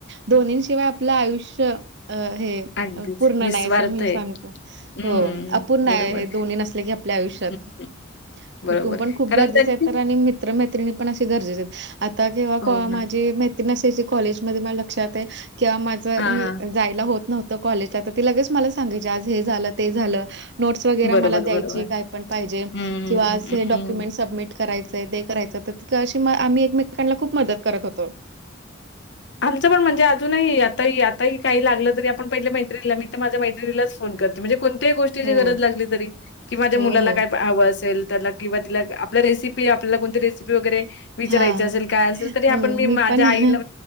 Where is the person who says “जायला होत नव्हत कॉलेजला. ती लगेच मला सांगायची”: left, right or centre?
Right